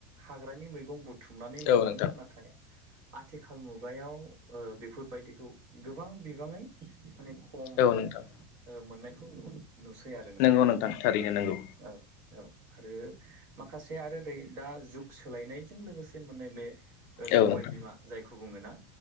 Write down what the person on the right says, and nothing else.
हाग्रानि मैगं बुथुमनानै मोनोमोन
नाथाय आथिखाल मुगायाव ओ बेफोरबायदिखौ गोबां गोबाङै माने खम
ओ मोननायखौ नु नुसै आरो नोंथां
औ औ आरो माखासे आरो नै दा जुग सोलायनायजों लोगोसे माने बे
सबाय
बिमा जायखौ बुङोना